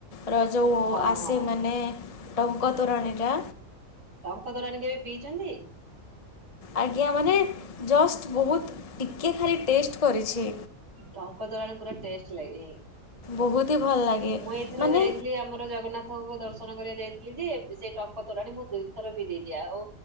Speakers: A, on the left (about 30°); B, on the right (about 60°).
A: ର ଯୋଉ
B: ହଁ
A: ଆସେ
B: ହଁ
A: ମାନେ ଡଙ୍କ ତୋରାଣୀ ଟା
B: ଟଙ୍କ ତୋରାଣି କେବେ ପିଇଛନ୍ତି?
A: ଆଜ୍ଞା ମାନେ ଜଷ୍ଟ ବହୁତ ଟିକେ ଖାଲି ଟେଷ୍ଟ କରିଛି।
B: ଟଙ୍କ ଦୋରାଣି ପୁରା ଟେଷ୍ଟ ଲାଗେ।
A: ବହୁତ ହି ଭଲ ଲାଗେ
B: ମୁଁ ଏଇଥର
A: ମାନେ
B: ଯାଇଥିଲି ଆମର ଜଗନ୍ନାଥଙ୍କୁ ଦର୍ଶନ ଦ କରିବା ଯାଇଥିଲି ଯେ ସେ ଟଙ୍କ ତୋରାଣି ମୁଁ ଦୁଇଥର ପି ଦେଇଛି। ଆଉ